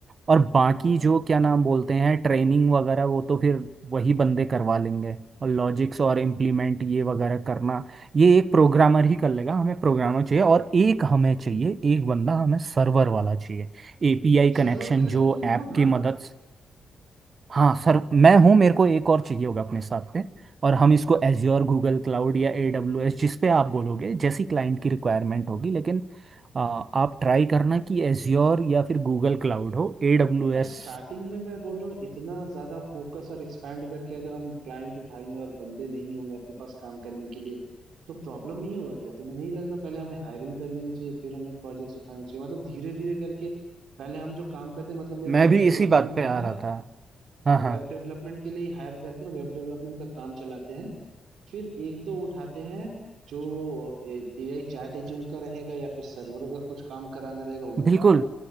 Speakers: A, on the right; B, on the right.
A: और बाकी
B: हाँ
A: जो क्या नाम बोलते हैं ट्रेनिंग वगैरह वो तो फिर वही बंदे करवा लेंगे और लॉजिक्स और इम्प्लीमेंट ये वगैरह करना ये एक प्रोग्रामर ही कर लेगा हमें प्रोग्रामर चाहिए और एक हमें चाहिए एक बंदा हमें सर्वर वाला चाहिए एपीआई
B: सर्वर
A: कनेक्शन
B: के लिए तो
A: जो
B: तुम
A: ऐप
B: हो ना
A: की मदद हाँ सर मैं हूँ मेरे को एक और चाहिए होगा अपने साथ पे और हम इसको एज्योर गूगल क्लाउड या ए डब्ल्यू एस जिस पे आप बोलोगे जैसी क्लाइंट की रिक्वायरमेंट होगी लेकिन आ, आप ट्राई करना कि एज्योर या फिर गूगल क्लाउड हो ए डब्ल्यू
B: पर
A: एस
B: स्टार्टिंग में मैं बोल रहा हूँ इतना ज्यादा फोकस और एक्सपैंड करके अगर हम क्लाइंट उठाएंगे और बंदे नहीं होंगे अपने पास काम करने के लिए तो प्रॉब्लम नहीं होगा क्या तुम्हें नहीं लग रहा पहले हमें हायरिंग कर लेनी चाहिए फिर हमें प्रोजेक्ट्स उठाने चाहिए मतलब धीरे धीरे करके पहले हम जो काम करते हैं मतलब मेरा
A: मैं
B: वेब
A: भी
B: डेवलपमेंट
A: इसी बात पे
B: का
A: आ
B: है
A: रहा था
B: हाँ
A: हाँ हाँ
B: वेब डेवलपमेंट के लिए ही हायर करते हैं वेब डेवलपमेंट का काम चलाते हैं फिर एक दो उठाते हैं जो ए आई चैट एजेंट का रहेगा या फिर सर्वर का कुछ काम कराना रहेगा उनका
A: बिल्कुल